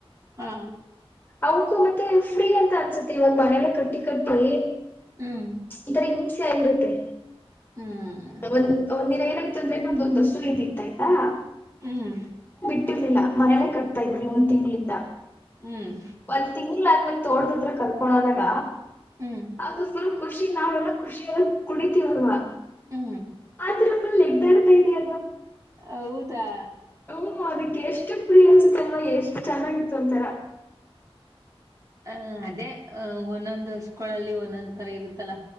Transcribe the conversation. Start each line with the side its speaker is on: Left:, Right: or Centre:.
Right: ಹಾ
Left: ಅವಕು ಮತ್ತೆ ಫ್ರೀ ಅಂತ ಅನ್ಸುತ್ತೆ ಇವಾಗ ಮನೇಲೆ ಕಟ್ಟಿ ಕಟ್ಟಿ.
Right: ಹ್ಮ್
Left: ಒಂಥರ ಹಿಂಸೆ ಅನರುತ್ತೆ.
Right: ಹ್ಮ್
Left: ಇವಗ್ ಒಂದ್ ಒಂದಿನ ಏನಾಯ್ತು ಅಂದ್ರೆ ನಮ್ದೊಂದ್ ಹಸು ಇದ್ದಿತ್ತ ಆಯ್ತಾ.
Right: ಹ್ಮ್
Left: ಇಟ್ಟಿರ್ಲಿಲ್ಲ ಮನೇಲೆ ಕಟ್ತಾ ಇದ್ವಿ ಒಂದ್ ತಿಂಗಳಿಂದ.
Right: ಹ್ಮ್
Left: ಒಂದ್ ತಿಂಗಳ ಆದ್ಮೇಲ್ ತೋಟದ ಹತ್ರ ಕರ್ಕೊಂಡ ಹೋದಾಗ.
Right: ಹ್ಮ್
Left: ಅದು ಫುಲ್ ಖುಷಿ ನಾವೆಲ್ಲ ಖುಷಿ ಆದಾಗ ಕುಣಿತೀವಲ್ವಾ.
Right: ಹ್ಮ್
Left: <unintelligible> ನೆಗದಾಡ್ತ ಇದೆ ಅದು.
Right: ಹೌದಾ
Left: ಹ್ಮ ಅದಕ್ಕ ಎಷ್ಟು ಪ್ರಿ ಅನ್ಸುತ್ತ ಅಲ್ವ ಎಷ್ಟ್ ಚೆನ್ನಾಗಿತ್ತು ಒಂತರ.
Right: ಹ ಅದೇ ಅ ಒಂದೊಂದ್ ಹಸ್ಗೊಳಲ್ಲಿ ಒಂದೊಂದ್ ತರ ಇರುತ್ತಲ್ಲಾ